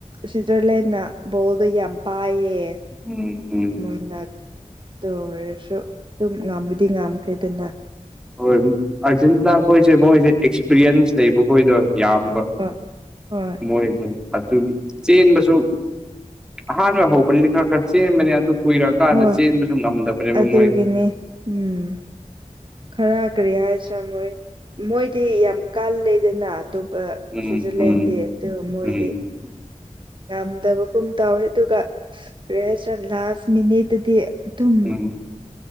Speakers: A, on the right; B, in the centre.
A: ꯁ꯭ꯋꯤꯖꯔꯂꯦꯟꯅ ꯕꯣꯜ ꯑꯗꯨ ꯌꯥꯝ ꯄꯥꯏꯌꯦ
B: ꯎꯝ ꯎꯝ
A: ꯃꯣꯏꯅ ꯇꯣꯏꯔꯁꯨ ꯑꯗꯨꯝ ꯉꯝꯕꯗꯤ ꯉꯝꯈ꯭ꯔꯦꯗꯅ
B: ꯍꯣꯏ ꯑꯥꯔꯖꯦꯟꯇꯤꯅꯥ ꯈꯣꯏꯁꯦ ꯃꯣꯏꯁꯦ ꯑꯦꯛꯁꯄꯤꯔꯤꯌꯦꯟꯁ ꯂꯩꯕꯈꯣꯏꯗꯣ ꯌꯥꯝꯕ
A: ꯄ ꯍꯣꯏ
B: ꯃꯣꯏꯗꯣ ꯑꯗꯨꯒꯤ ꯆꯦꯟꯕꯁꯨ ꯑꯍꯥꯟꯕ ꯍꯧꯕꯅꯤꯅ ꯈꯔ ꯈꯔ ꯆꯦꯟꯕꯅꯦ ꯑꯗꯨ ꯀꯨꯏꯔꯛꯀꯥꯟꯗ
A: ꯍꯣꯏ
B: ꯆꯦꯟꯕꯁꯨ ꯉꯝꯗꯕꯅꯦꯕ
A: ꯑꯗꯨꯒꯤꯅꯤ
B: ꯃꯣꯏ
A: ꯎꯝ ꯈꯔ ꯀꯔꯤ ꯍꯥꯏꯁ꯭ꯔꯥ ꯃꯣꯏ ꯃꯣꯏꯗꯤ ꯌꯥꯝ ꯀꯜꯂꯦꯗꯅ ꯑꯇꯣꯞꯄ
B: ꯎꯝ
A: ꯁ꯭ꯋꯤꯖꯔꯂꯦꯟꯗꯤ
B: ꯎꯝ
A: ꯑꯗꯨꯒ ꯃꯣꯏꯗꯤ
B: ꯎꯝ
A: ꯉꯝꯗꯕꯒꯨꯝ ꯇꯧꯋꯦ ꯑꯗꯨꯒ ꯀꯔꯤ ꯍꯥꯏꯁꯤꯔꯥ ꯂꯥꯁ ꯃꯤꯅꯤꯠꯇꯗꯤ ꯑꯗꯨꯝ
B: ꯎꯝ